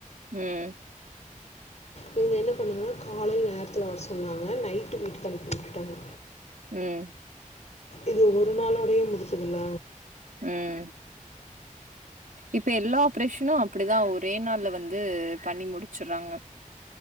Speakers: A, on the right (about 75°); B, on the left (about 55°).
A: ம்
B: இவுங்க என்ன பண்ணாங்கன்னா காலையில நேரத்துல வர சொன்னாங்க நைட்டு வீட்டுக்கு அனுப்பி உட்டுட்டாங்க
A: ம்
B: இது ஒரு நாளோடேயே முடிச்சதுல
A: ம் இப்ப எல்லா ஆப்ரேஷனு அப் அப்டி தா ஒரே நாள்ல வந்து பண்ணி முடிச்சுர்றாங்க